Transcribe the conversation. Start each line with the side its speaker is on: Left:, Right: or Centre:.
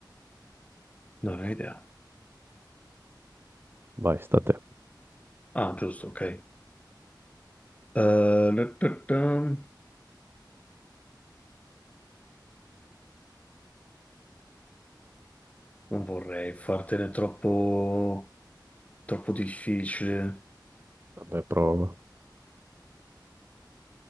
Left: non ho idea.
Right: Vai, sta a te.
Left: Ah, giusto, ok. Eh, le- te- te- non vorrei fartene troppo, troppo difficile.
Right: Vabbè, prova.